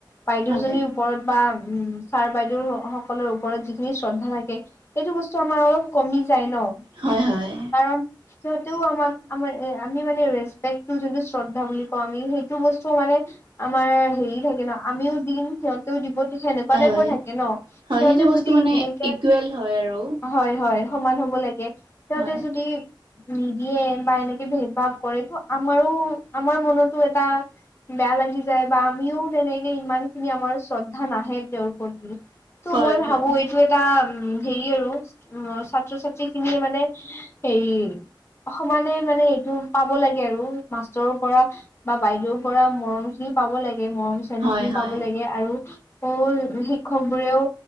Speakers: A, on the left (about 30°); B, on the right (about 80°).
A: বাইদেউজনীৰ
B: হয়
A: ওপৰত বা উম ছাৰ বাইদেউ সকলৰ ওপৰত যিখিনি শ্ৰদ্ধা থাকে এইটো বস্তু আমাৰ অলপ কমি যায় ন
B: হয় হয়
A: কাৰণ সিহঁতেও আমাক আমাৰ আমি মানে ৰেচপেক্ যোনটো শ্ৰদ্ধা বুলি কওঁ আমি সেই টো বস্তু মানে আমাৰ হেৰি থাকে ন আমিও দিম সিহত দিব সেনেকুৱা টাইপৰ
B: হয়
A: থাকে ন সিহঁতে
B: হয় সেইটো বস্তু
A: যদি
B: মানে
A: এনেকে
B: ইকুৱেল হয় আৰু
A: হয় হয় সমান হ'ব লাগে সিহঁতে
B: হয়
A: যদি নিদিয়ে বা এনেকে ভেদ ভাৱ কৰে তটো আমাৰো আমাৰ মনতো এটা বেয়া লাগি যায় বা আমিও তেনেকে ইমান খিনি আমাৰ শ্ৰদ্ধা নাহে তেওঁৰ প্ৰতি ত
B: হয়
A: মই
B: হয়
A: ভাবো এইটো এটা উ হেৰি আৰু উ ছাত্ৰ ছাত্ৰী খিনিয়ে মানে এই সমানে মানে এইটো পাব লাগে আৰু মাষ্টৰৰ পৰা বা বাইদেউ পৰা মৰম খিনি পাব লাগে মৰম চেনেহ
B: হয়
A: খিনি
B: হয়
A: পাব লাগে। আৰু ঔল শিক্ষক বোৰেও